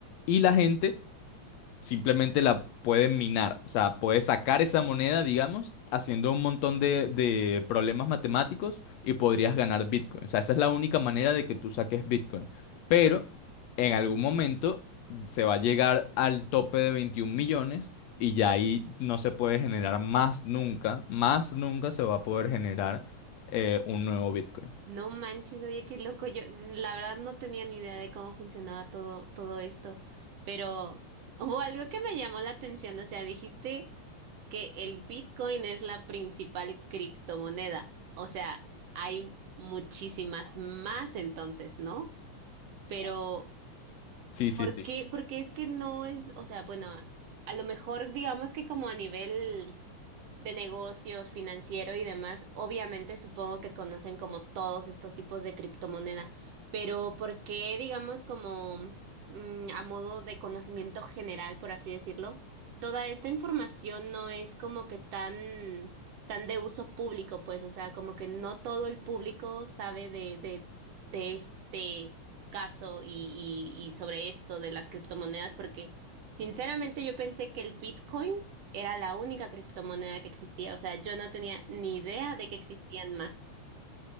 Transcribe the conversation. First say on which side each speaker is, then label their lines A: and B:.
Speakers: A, on the left; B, on the right.
A: y la gente simplemente la pueden minar. O sea, puedes sacar esa moneda, digamos, haciendo un montón de, de problemas matemáticos y podrías ganar Bitcoin. O sea, esa es la única manera de que tú saques Bitcoin. Pero en algún momento se va a llegar al tope de 21 millones y ya ahí no se puede generar más nunca, más nunca se va a poder generar eh, un nuevo Bitcoin.
B: No manches, oye, qué loco. Yo, la verdad, no tenía ni idea de cómo funcionaba todo, todo esto, pero hubo algo que me llamó la atención. O sea, dijiste que el Bitcoin es la principal criptomoneda. O sea, hay muchísimas más entonces, ¿no? Pero
A: Sí, sí,
B: ¿Por
A: sí.
B: qué? Porque es que no es, o sea, bueno, a lo mejor digamos que como a nivel de negocios, financiero y demás, obviamente supongo que conocen como todos estos tipos de criptomoneda, pero ¿por qué digamos como mm, a modo de conocimiento general, por así decirlo, toda esta información no es como que tan tan de uso público, pues, o sea, como que no todo el público sabe de de de este caso y, y, y sobre esto de las criptomonedas, porque sinceramente yo pensé que el Bitcoin era la única criptomoneda que existía. O sea, yo no tenía ni idea de que existían más.